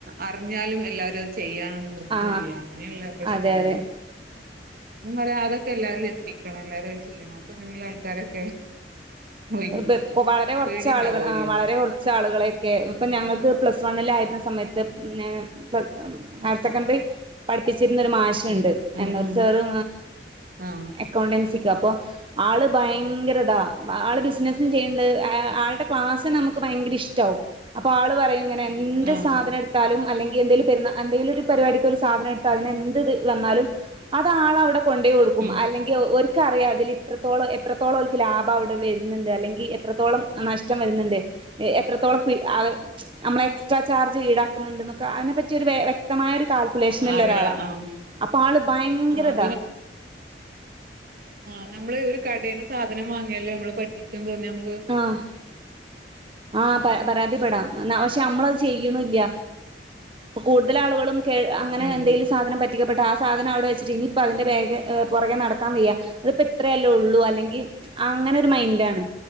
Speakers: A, on the right; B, on the right.
A: അറിഞ്ഞാലും എല്ലാരും അത് ചെയ്യാ നിക്കൂല്ല
B: ആ
A: അങ്ങനേള്ള പ്രശ്നണ്ടല്ലോ
B: അതെ അതെ
A: ഞപറയാ അതൊക്കെ എല്ലാരിലും എത്തിക്കണം എല്ലാരും അത് ചെയ്യണം ഇപ്പൊ <unintelligible> ആൾക്കാരൊക്കെ പോയി
B: അത് പെപ്പൊ വളരെ കൊറച്ച്
A: പേടി ഉണ്ടാവുമല്ലോ
B: ആളുകൾ ആ വളരെ കുറച് ആളുകളെക്കെ ഇപ്പൊ ഞങ്ങൾക്ക്
A: ഉം
B: പ്ലസ് വണ്ണിൽ ആയിരുന്ന സമ സമയത്ത്പിന്നെ <unintelligible> ഹയർ സെക്കൻഡറി പഠിപ്പിച്ചിരിന്നൊരു മാഷ്ണ്ട്
A: ഉം
B: എന്നരു
A: ഉം
B: സാറ്
A: ആഹ്
B: എക്കൗണ്ടൻസിക്ക് അ പ്പൊ ആൾ ഭയങ്കര താ ആൾ ബിസ് ബിസിനസും ചെയ്ണ്ട് അ ആളുടെ ക്ലാസ് നമ്മക് ഭയകര ഇഷ്ട്ടാവും അപ്പ ആൾ പറയും ഇങ്ങനെ എന്ത്
A: ആഹ്
B: സാധനം ഇട്ത്താലും അല്ലെങ്കി എന്തേലും പെരുനാ അന്തേലും ഒരു പരിപാടിക്ക് ഒരു സാധനം ഇട്ത്ത അതിനെന്ത് ത് വന്നാലും അത് ആളവിടെ കൊണ്ടേ കൊടുക്കും
A: ഉം
B: അല്ലെങ്കി ഒല് ക്ക് അറിയാ അതിൽ ഇത്രോള എത്രത്തോളം ലാഭം അവിടെ വര് അല്ലെങ്കി എത്രത്തോളം നഷ്ടം വരുന്ന്ണ്ട് എത്രത്തോളം ഫി അ ഒരു അമ്മള എക്സ്ട്രാ ചാർജ് ഈടാക്കുന്നുണ്ടൊക്കെ അതിനെ പറ്റി വെ വ്യക്തമായ കാൽക്കുലേഷന്ള്ള
A: അറിയാ
B: ഒരാളാ
A: ആഹ്
B: അപ്പൊ ആള് ഭയങ്കര
A: ആഹ്
B: ഇതാ
A: ആ നമ്മള് ഒരു കടേൽ സാധനം വാങ്ങിയാല് നമ്മള് പറ്റിച്ച തോന്നിയാമ്മ
B: ആഹ് ആ പരാ പരാതിപ്പെടാം എന്ന പക്ഷെ അമ്മളത് ചെയ്യ്ണില്ല കൂടുതൽ ആളുകളും പേര് അങ്ങനെ
A: ഉം
B: എന്തെലും സാധനം പറ്റി പറ്റിക്കപെട്ട ആ സാധനം അവിടെ വെച്ചിട്ട് ഇനിയിപ്പതിന്റെ വേഗെ പുറകെ നടക്കാൻ വയ്യ അതിപ്പോ ഇത്രയല്ലേ ഉള്ളൂ അല്ലെങ്കി അങ്ങനെ ഒരു മൈൻ രാണ്